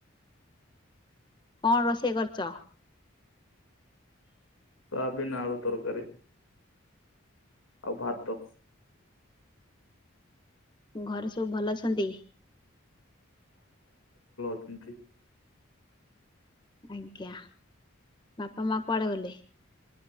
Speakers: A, on the left; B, on the left.
A: କଣ ରୋଷେଇ କରଚ?
B: ସୋୟାବିନ ଆଳୁ ତରକାରୀ ଆଉ ଭାତ
A: ଘରେ ସବୁ ଭଲ ଅଛନ୍ତି?
B: ନ୍ତି
A: ଆଜ୍ଞା ବାପା ମା କୁଆଡେ ଗଲେ?